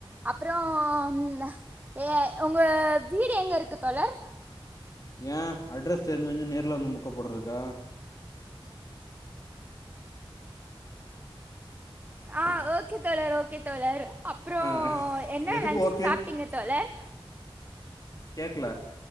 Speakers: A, on the right; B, on the left.
A: அப்றோ ம் ஆ ஏ ஒங்க வீடு எங்க இருக்கு தோழர்
B: ஏ அட்ரஸ் தெரிஞ்சு வந்து நேர்ல வந்து மொக்க போட்றதுக்கா
A: ஆ ஓகே தோழர் ஓகே தோழர் அப்றோ
B: ஆ
A: என்ன
B: எதுக்கு
A: லன்சுக்கு
B: ஓகே
A: சாப்ட்டீங்க தோழர்
B: கேக்ல